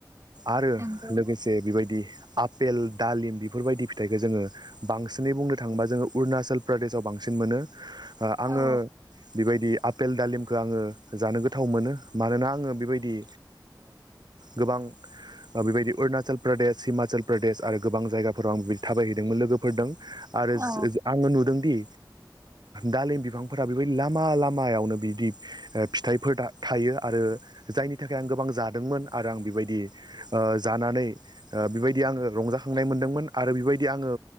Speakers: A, on the right; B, on the right.
A: आरो
B: नंगौ
A: लोगोसे बेबायदि आफेल दालिम बेफोरबायदि फिथाइखौ जोङो बांसिनै बुंनो थाङोबा जोङो अरुणाचल प्रदेशआव बांसिन बांसिन मोनो आङो
B: औ
A: बेबायदि आफपेल दालिमखौ आङो जानो गोथाव मोनो मानोना आङो बेबायदि गोबां बेबायदि अरुणाचल प्रदेश हिमाचल प्रदेश आरो गोबां जायगाफोराव आं बेबायदि थाबायहैदोंमोन लोगोफोरजों आरो
B: औ
A: आङो नुदोंदि दालिम बिफांफोरा बेबायदि लामा लामायावनो बिदि फिथाइफोर थायो आरो जायनि थाखाय आं गोबां जादोंमोन आरो आं बेबायदि जानानै बेबायदि आङो रंजाखांनाय मोनदोंमोन आरो बेबायदि आङो